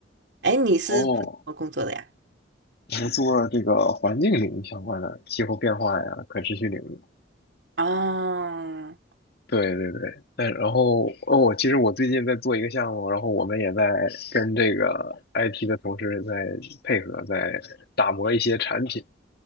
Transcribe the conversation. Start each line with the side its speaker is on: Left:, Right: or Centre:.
Right: 哎，你是做什么工作的呀？
Left: 哦我们做这个环境领域相关的气候变化呀、可持续领域。
Right: 哦
Left: 对对对，但然后哦，我其实我最近在做一个项目，然后我们也在跟这个 IT 的同事在配合，在打磨一些产品，